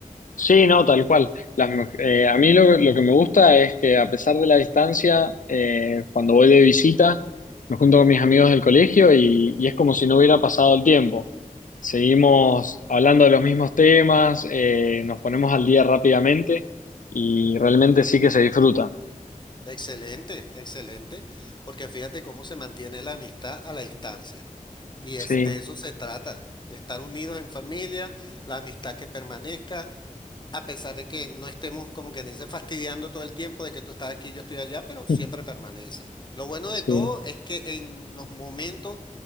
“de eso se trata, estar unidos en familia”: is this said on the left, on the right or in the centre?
Left